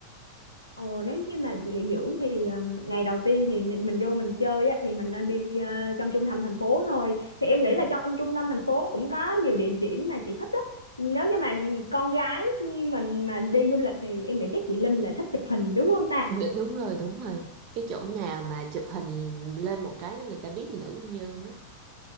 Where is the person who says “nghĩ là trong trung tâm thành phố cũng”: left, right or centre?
Left